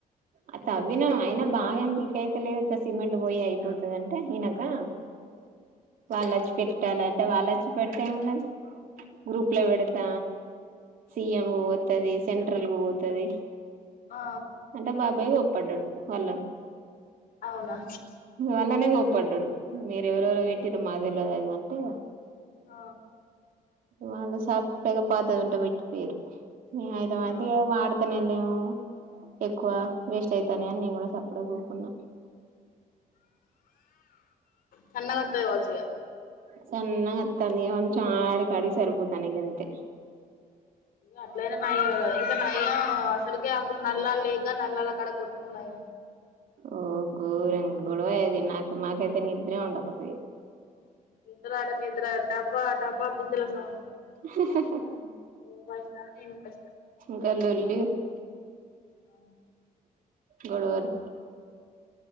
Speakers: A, on the right (about 65°); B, on the left (about 80°).
A: అ తవ్వినం అయినా బాగా ఏం పీక అయితే లెద్ ఇంతా సిమెంట్ పోయి అయిపోతుంది అంటే ఈకు వాళ్ళు వచ్చి పెట్టాల అంటే వాళ్ళచ్చి పెడితే ఏ ఉన్నది గ్రూప్ ల వెడత సిఎం కు పోతది సెంట్రల్ కు పోతది
B: ఆ
A: అంటే బాబాయి ఒప్పడ్డాడు వాళ్ళను
B: అవునా
A: ఇ వళ్లనే గప్పడ్డడు మీరెవరెవరో పెట్టిరో రు మాకు తెల్వది అది ఇది అంటే
B: ఆ
A: వాళ్ళ సప్పడగా పాతదుంటే పెట్టిపోయిరు ఐదు మందిగా
B: అవునా
A: వాడు త్తనెలేము ఎక్కువ వేస్ట్ ఐతానయ్ అని నేను కూడా సప్పుడకూకున్న
B: సన్నగా వస్తది కావచ్చు ఇగ
A: సన్న అత్తంది ఇగ మంచిగ అడి కాడికి సరిపోతాన గంతే
B: అట్లనా నయ ఇంకా నయ్యం అసలుకే అప్పుడు నల్లాలు లేక నల్లలు అక్కడ కొట్టుకుండు అయ్
A: ఓ గోరంగ గొడవయది నాకు మాకైతే నిద్ర ఉండకపోయిది
B: నిద్ర అట నిద్ర టబ టబా బిందల సౌండ్
A: స స స
B: నువ్ ఫస్ట్ ఆ నేన్ ఫస్ట్ ఆ
A: ఇంకా లొల్లి
B: ఆ
A: గొడవలు